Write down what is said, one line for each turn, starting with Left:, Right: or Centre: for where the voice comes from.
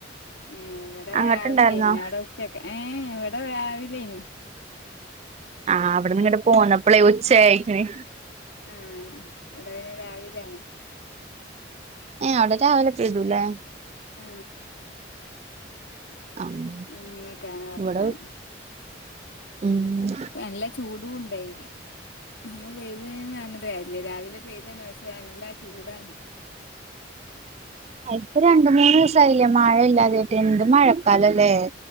Left: ഏ ഇവിടെ
Right: അങ്ങട്ടുണ്ടായിരുന്നോ
Left: രാവിലേനി അവിടെ ഉച്ചക്കെ ഏ ഇവിടെ രാവിലേനി
Right: ആഹ് അവിടന്ന് ഇങ്ങട്ട പോന്നപ്പളെ ഉച്ചയായിക്കന്
Left: ആഹ ഇവിടെ അയിന് രാവിലാണ്
Right: അവിടെ രാവിലെ പെയ്തു ലെ
Left: ഏ
Right: ആഹ്
Left: ഇങ്ങനെയൊക്കെയാണ് വർത്തനം
Right: ഇവിടെ ഉം
Left: നല്ല ചൂട് ടുണ്ടായിന് മഴ പെയ്തന്ന് പറഞ്ഞിട്ട് കാരുമില്ല രാവിലെ പെയ്തന്ന് വെച്ച് നല്ല ചൂടാണ് <inaudible>
Right: ഇപ്പൊ രണ്ട് മൂന്ന് ദിവസം ആയില്ലേ മഴ ഇല്ലാതെ ആയിട്ട് എന്ത് മഴക്കാലല്ലേ